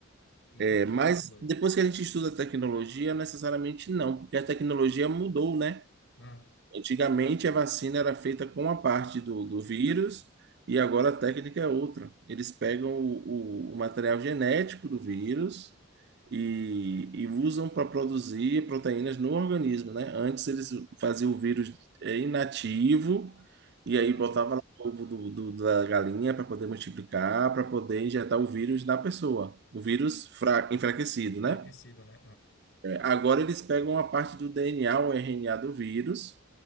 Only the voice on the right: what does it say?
É,
mas
depois que a gente estuda a tecnologia, necessariamente não, porque a tecnologia mudou, né?
Antigamente a vacina era feita com uma parte do, do vírus e agora a técnica é outra. Eles pegam o, o- o material genético do vírus e, e usam para produzir proteínas no organismo, né? Antes eles faziam o vírus eh, inativo e aí
botava lá o ovo do, do- da galinha para poder multiplicar, para poder injetar o vírus na pessoa, o vírus fra- enfraquecido,
né?
Agora eles pegam a parte do DNA ou RNA do vírus